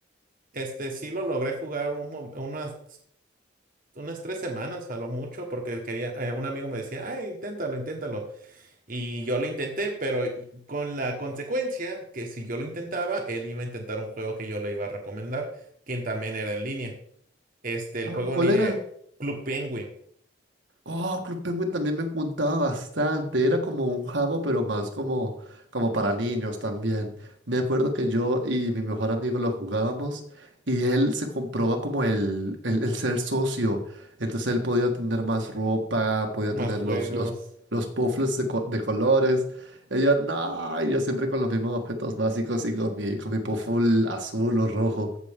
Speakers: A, on the right; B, on the right.
A: Este sí lo logré jugar un mom- unas, unas tres semanas a lo mucho porque quería, eh, un amigo me decía, ay, inténtalo, inténtalo. Y yo lo intenté, pero y- con la consecuencia que si yo lo intentaba, él iba a intentar un juego que yo le iba a recomendar, quien también era en línea. Este, el
B: Ah,
A: juego
B: ¿Cuál
A: en línea,
B: era?
A: Club Penguin,
B: Oh, Club Penguin también me encantaba bastante. Era como un jabo, pero más como, como para niños también. Me acuerdo que yo y mi mejor amigo lo jugábamos y él se comprobaba como el, el, el ser socio. Entonces él podía tener más ropa, podía
A: más
B: tener
A: juegos.
B: los, los, los puffles de, co- de colores. Y yo, no, y yo siempre con los mismos objetos básicos y con mi, con mi puffle azul o rojo.